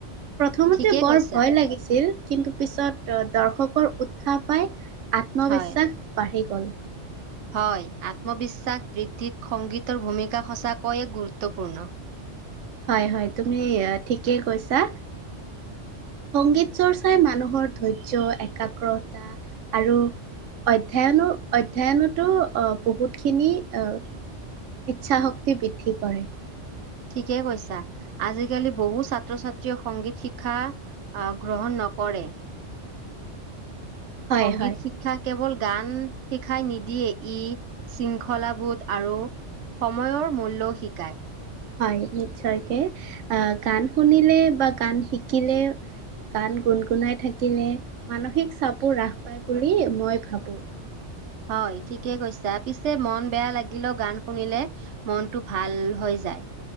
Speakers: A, on the right (about 80°); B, on the right (about 70°).
A: প্ৰথমতে
B: ঠিকেই
A: বৰ
B: কৈছা।
A: ভয় লাগিছিল, কিন্তু পিছত দৰ্শকৰ উৎসাহ পাই আত্মবিশ্বাস
B: হয়,
A: বাঢ়ি গ'ল।
B: হয়। আত্মবিশ্বাস বৃদ্ধিত সংগীতৰ ভূমিকা সঁচাকৈয়ে গুৰুত্বপূৰ্ণ।
A: হয়, হয় তুমি ঠিকেই কৈছা। সংগীত চৰ্চাই মানুহৰ ধৈৰ্য্য একাগ্ৰতা আৰু অধ্যয়নো অধ্যয়নতো আহ বহুতখিনি আহ ইচ্ছা শক্তি বৃদ্ধি কৰে।
B: ঠিকে কৈছা। আজিকালি বহুত ছাত্ৰ-ছাত্ৰীয়ে সংগীত শিক্ষা আহ গ্ৰহণ নকৰে,
A: হয়
B: সংগীত
A: হয়
B: শিক ক্ষাই কেৱল গান শিক্ষাই নিদিয়ে, ই শৃংখলাবোধ আৰু সময়ৰ মূল্যও শিকায়।
A: হয়। নিশ্চয়কে, আহ গান শুনিলে বা গান শিকিলে গান গুণগুণাই থাকিলে মানসিক চাপো হ্ৰাস পায় বুলি মই ভাবোঁ।
B: হয় ঠিকে কৈছা। পিছে মন বেয়া লাগিলে গান শুনিলে মনটো ভাল হৈ যায়।